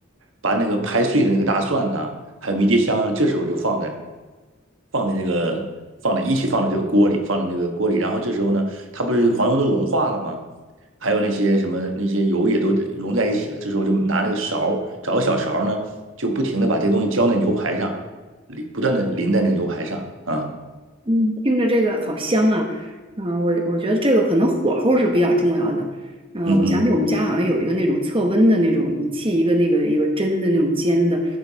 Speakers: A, on the right; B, on the right.
A: 把那个拍碎的那个大蒜呐，还有迷迭香啊，这时候就放在放在这个放在一起放在这个锅里，放在那个锅里，然后这时候呢，它不是黄油都融化了吗？还有那些什么那些油也都融在一起了。这时候就拿那个勺找个小勺呢，就不停的把这东西浇在牛排上，淋不断的淋在那个牛排上啊，
B: 嗯，听着这个好香啊！嗯、我我觉得这个可能火候是比较重要的。嗯、
A: 嗯哼，
B: 我想起我们家好像有一个那种测温的那种仪器，一个那个一个针的那种尖的。